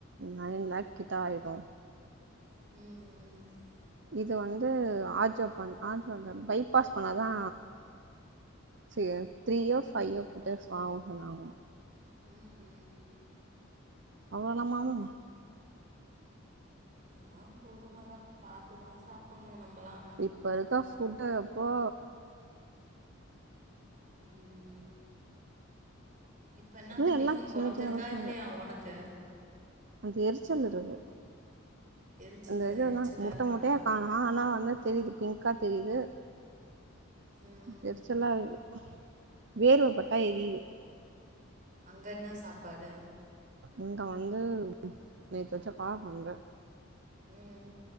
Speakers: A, on the right; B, on the right.
A: நைன் லேக் கிட்ட ஆயிடு
B: ம் ம்
A: இது வந்து ஆஜோ பண்ண ஆஜோ பைபாஸ் பண்ணாதா செரி த்ரீயோ ஃபைவோ கிட்ட ஆகு சொன்னங்க்
B: ம் ம்
A: அவ்ளோளமாமூ
B: எல்லா கொடும தா பாத்து தா சாப்பணு நம்மளா
A: இப்ப இருக்கற ஃபுட்டு எப்பா
B: ம் இப்ப என்ன
A: இது
B: அந்த
A: எல்லா
B: வீக்கம்
A: சின்ன
B: கொறஞ்சிருக்கா
A: சின்ன பசங்க
B: இல்லையா உனக் க
A: அந்த எரிச்சல் இருக்கு
B: எரிச்சலா
A: அந்த இது
B: எரிச்சலா
A: எல்லா முட்ட
B: இருக்கா
A: முட்டையா காணோ ஆனா வந்து தெரிது பிங்க்கா தெரிது
B: ம்
A: எரிச்சலா இருக்கு வேர்வப்பட்டா எரிது
B: அங்க என்ன சாப்பாடு
A: இங்க வந்து நேத்து வச்ச கார கொழம்பு
B: ம்